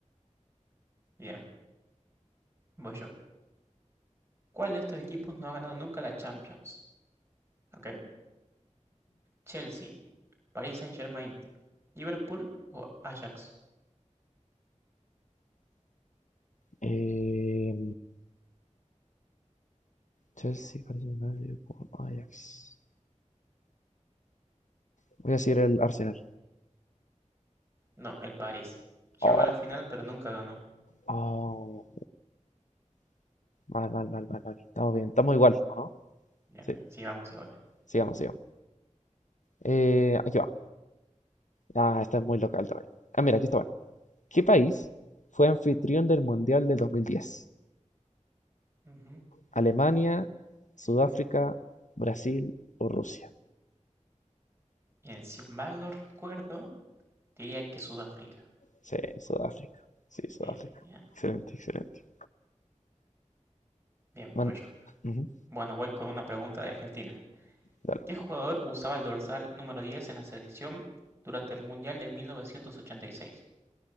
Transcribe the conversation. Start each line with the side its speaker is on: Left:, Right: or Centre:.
Right: Bien, voy yo. ¿Cuál de estos equipos no ha ganado nunca la Champions? Ok. Chelsea, Paris Saint-Germain, Liverpool o Ajax.
Left: Eh, Chelsea parece más de- con Ajax. Voy a seguir el Arsenal.
Right: No, el París. Llegó
Left: Oh,
Right: a la final, pero nunca ganó.
Left: oh, mal, mal, mal, mal, mal. Estamos bien, estamos igual, ¿o no?
Right: Bien,
Left: Sí,
Right: bien, sigamos iguales.
Left: sigamos, sigamos. Eh, aquí va. Ah, esta es muy local también. Ah, mira, aquí está bueno. ¿Qué país fue anfitrión del Mundial del 2010?
Right: Ujú.
Left: ¿Alemania, Sudáfrica, Brasil o Rusia?
Right: Bien, si mal no recuerdo, diría que Sudáfrica.
Left: Sí, Sudáfrica. Sí, Sudáfrica.
Right: Sí, bien,
Left: Excelente, excelente.
Right: bien,
Left: Man-
Right: voy yo.
Left: Ujú,
Right: Bueno, voy con una pregunta de Argentina.
Left: dale.
Right: ¿Qué jugador usaba el dorsal número 10 en la selección durante el Mundial de 1986?